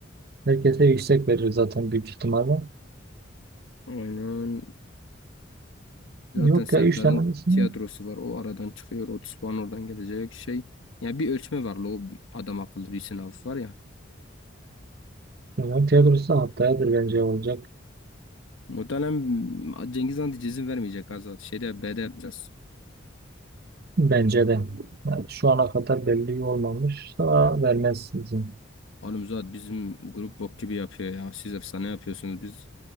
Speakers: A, on the right; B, on the left.
A: herkese yüksek verir zaten büyük ihtimalle.
B: Aynen. Zaten
A: Yok
B: Serdar'ın
A: ya üç tane tanesini.
B: tiyatrosu var. O aradan çıkıyor. otuz puan oradan gelecek şey. Yani bir ölçme var. la, O adam akıllı bir sınav var ya.
A: Hemen tiyatrosu haftayadır bence olacak.
B: O dönem Cengiz Han diye izin vermeyecek Azat. Şeyde B'de yapacağız.
A: Bence de. Yani şu ana kadar belli olmamışsa vermez izin.
B: Oğlum Zuhat bizim grup bok gibi yapıyor ya. Siz efsane yapıyorsunuz. Biz